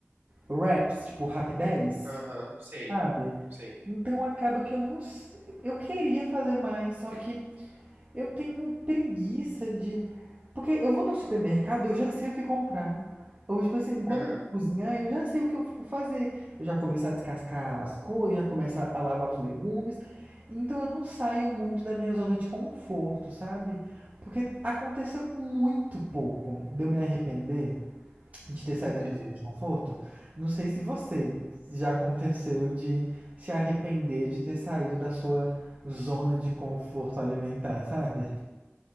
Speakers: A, on the right; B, on the right.
A: wraps, tipo rapidez,
B: Aham. Sei.
A: sabe?
B: Sei.
A: Então acaba que eu não. s- Eu queria fazer mais, só que eu tenho preguiça de. Porque eu vou no supermercado, eu já sei o que comprar. Ou, tipo assim, quando
B: Aham.
A: eu vou cozinhar, eu já sei o que eu vou fazer. Eu já começo a descascar as coisas, já começo a lavar os legumes. Então eu não saio muito da minha zona de conforto, sabe? Porque aconteceu muito pouco de eu me arrepender de ter saído da
B: Uhum.
A: minha zona de conforto. Não sei se você já aconteceu de se arrepender de ter saído da sua zona de conforto alimentar, sabe?